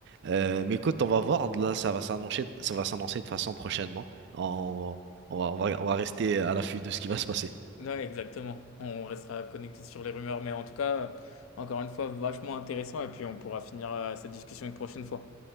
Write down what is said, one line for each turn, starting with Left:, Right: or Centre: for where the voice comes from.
Right: Euh, mais écoute, on va voir, là, ça va s'annoncer, ça va s'annoncer de façon prochainement. On, on va, on va, on va rester à l'affût de ce qui va se passer.
Left: Ouais, exactement. On restera connecté sur les rumeurs, mais en tout cas, euh, encore une fois, vachement intéressant et puis on pourra finir, heu, cette discussion une prochaine fois.